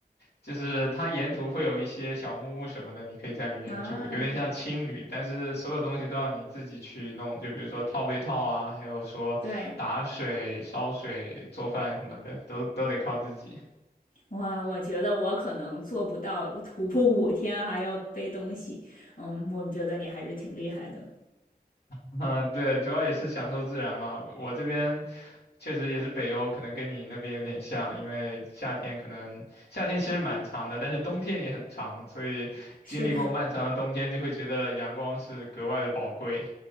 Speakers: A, on the left; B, on the left.
A: 就是它沿途会有一些小木屋什么的，你可以在里面住，
B: 啊，
A: 有点像青旅，但是所有东西都要你自己去弄，就比如说套被套啊，还有说打水、
B: 对。
A: 烧水、做饭什么的，都都得靠自己。
B: 我我觉得我可能做不到徒步五天还要背东西，嗯，我觉得你还是挺厉害的。
A: <laughs> 嗯，对，主要也是享受自然嘛。我这边确实也是北欧，可能跟你那边有点像，因为夏天可能夏天其实蛮长的，但是冬天也很长，所以经历过漫长的冬天，
B: 是的，
A: 就会觉得阳光是格外的宝贵